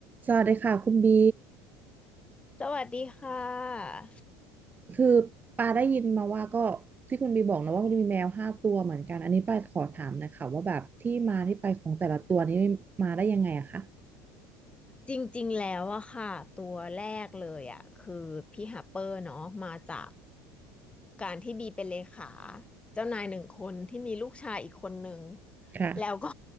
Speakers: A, on the right; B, on the left.
A: สวัสดีค่ะคุณบี
B: สวัสดีค่ะ
A: คือปาได้ยินมาว่าก็ที่คุณบีบอกนะว่ามันมีแมวห้าตัวเหมือนกัน อันนี้ปาขอถามหนะคะว่าแบบที่มาที่ไปของแต่ละตัวนี้มาได้ยังไงอะคะ
B: จริงๆแล้วอะค่ะตัวแรกเลยอะคือพี่ฮัปเปอร์เนาะมาจากการที่บีเป็นเลขาเจ้านายหนึ่งคนที่มีลูกชายอีกคนหนึ่ง
A: ค่ะ
B: แล้วก็